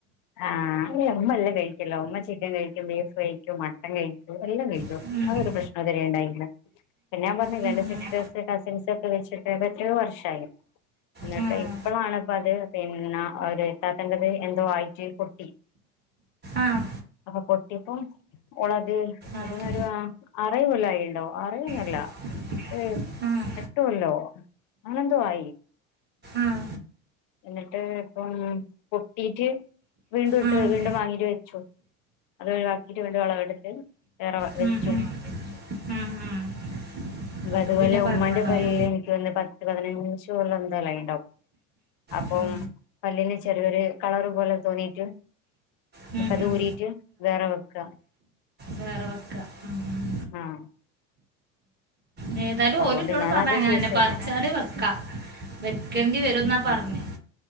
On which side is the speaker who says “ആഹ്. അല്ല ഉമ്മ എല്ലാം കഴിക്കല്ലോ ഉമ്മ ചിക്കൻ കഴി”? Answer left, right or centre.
Left